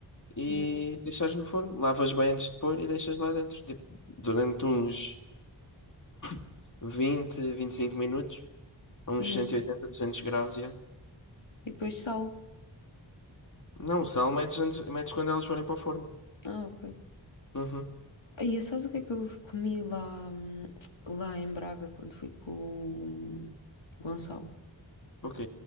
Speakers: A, on the left; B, on the left.
A: e
B: Yeah,
A: deixares no forno. Lavas bem antes de pôr e deixas lá dentro, tipo, durante uns <coughs> vinte, vinte e cinco minutos, a uns
B: yeah.
A: 180, 200 graus, yeah.
B: E depois sal.
A: Não, o sal metes, antes, metes quando elas forem para o forno.
B: Ah, ok.
A: Uhum.
B: Aí, sabes o que é que eu comi lá, hum, lá em Braga quando fui com o hum, Gonçalo?
A: Ok.